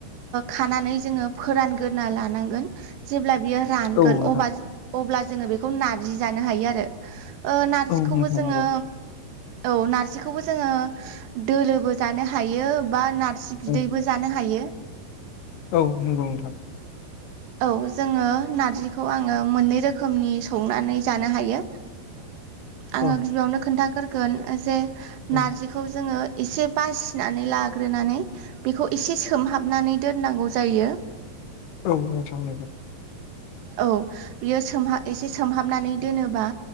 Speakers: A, on the right (about 80°); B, on the left (about 75°).
A: खानानै जोङो फोरानग्रोना लानांगोन जेब्ला बियो रानगोन
B: औ नोंथां
A: अब्ला अब्ला जोङो बेखौ नारजि जानो हायो आरो ओ नारजिखौबो
B: औ नोंथां
A: जोङो
B: नंगौ
A: औ नारजिखौबो जोङो दोलोबो जानो हायो बा नारजि बिदैबो
B: औ
A: जानो हायो।
B: औ नंगौ नोंथां।
A: औ जोङो नारजिखौ आङो मोननै रोखोमनि संनानै जानो हायो। आङो
B: औ
A: गिबियावनो खोन्थाग्रोगोन जे
B: औ
A: नारजि। जोङो एसे बासिनानै लाग्रोनानै बेखौ एसे सोमहाबनानै दोननांगौ जायो।
B: औ नोंथां औ
A: औ बियो सोमहा एसे सोमहाबनानै दोनोबा